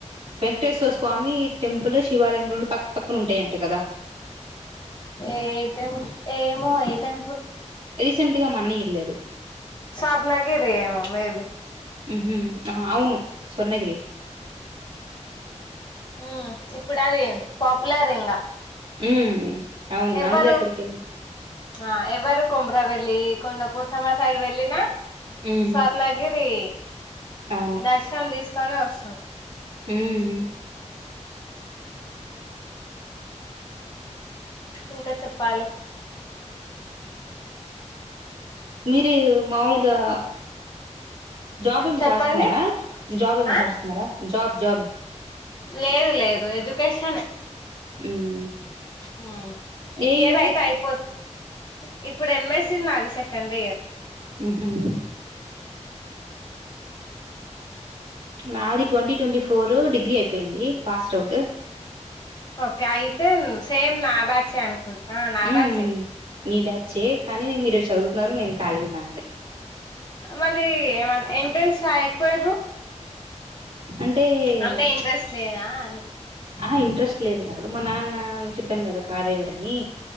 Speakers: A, on the right (about 50°); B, on the left (about 35°).
A: వెంకటేశ్వర స్ స్వామి టెంపుల్ శివాలయం రెండు పక్క పక్కన ఉంటాయంట కదా
B: ఏటెం ఏమో ఏ టెం
A: రీసెంట్ గా మన్నయ్య వెళ్ళారు
B: స్వర్ణగిరి ఏమో. మేబి.
A: ఉహు ఆ అవును స్వర్ణగిరె.
B: ఉమ్ ఇప్పుడు అది పాపులర్ ఇంగా.
A: ఉమ్. అవును
B: ఎవ్వరు
A: అందరు అక్కడికే
B: ఆ ఎవ్వరు కొమ్ర వెల్లి ళ్లి కొండపోచమ్మ సైడ్ వెళ్ళిన.
A: ఉహు
B: స్వర్ణగిరి.
A: అవును
B: దర్శనం తీసుకొని ఒస్తర్
A: ఉమ్
B: ఇంక చెప్పాలే.
A: మీరూ మాములుగా జాబ్ ఏమన
B: చెప్పండి
A: చేస్తున్నారా జాబ్ ఏమన
B: ఆ
A: చేస్తున్నారా జాబ్ జాబ్.
B: లేదు లేదు ఏజ్ కేశనే
A: ఉమ్.
B: హుమ్ ఈ
A: ఏ
B: ఇయరైతే
A: ఇయర్
B: అయిపోత్ ఇప్పుడు ఎమ్. ఎస్. సి నాది సే. కండిఇయర్.
A: ఉ హుమ్. నాది ట్వంటీ ట్వంటీ ఫోర్ డిగ్రీ అయిపోయింది పాస్డ్ ఔట్. ట్. <unintelligible>
B: ఓకె అయితే సేమ్ నాబ్యాచ్చె అను అ.. నా..
A: ఉమ్
B: బేచ్ఛె
A: మీ బ్యాచ్ఛే కానీ నేను మీరు చదువుతున్నారు నేను ఖాళీ గా ఉన్న
B: మళ్ళీ ఏమన్నా ఎంట్రెన్స్ రాయక్ పోయర్రు
A: అంటే
B: అంతే ఇంట్రెస్ట్ లేదా అని
A: ఆ హా ఇంట్రెస్ట్ లేదు కాదు మా నాన్న చెప్పాను కదా కార్ డ్రైవర్ అని